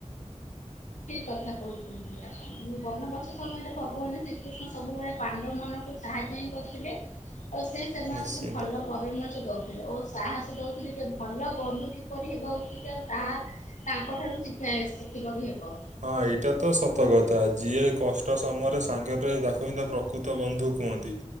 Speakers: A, on the left; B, on the right.
A: ଠିକ୍ କଥା କହୁଛନ୍ତି ଆପଣ କିନ୍ତୁ ବନବାସ ସମୟରେ ଭଗବାନ ଶ୍ରୀକୃଷ୍ଣ ସବୁବେଳେ ପାଣ୍ଡବ ମନଙ୍କୁ ସାହାଯ୍ୟ ହିଁ କରିଥିଲେ ଆ ସେ ସେମାନଙ୍କୁ
B: ନିଶ୍ଚିନ୍ତ।
A: ଭଲ ପରାମର୍ଶ ଦଉଥିଲେ ଓ ତାହାକୁ ଦଉଥିଲେି ଯେ ଭଲ ବନ୍ଧୁ କିପରି ହେବା ଉଚିତ ଆଉ ତାହା ତାଙ୍କଠାରୁ ଶିକ୍ଷା ଶିଖିବା ବି ହେବ।
B: ହଁ ଏଇଟା ତ ସତ କଥା ଯିଏ କଷ୍ଟ ସମୟରେ ସାଙ୍ଗରେ ର ତାକୁ ହିଁ ତ ପ୍ରକୃତ ବନ୍ଧୁ କୁହନ୍ତି।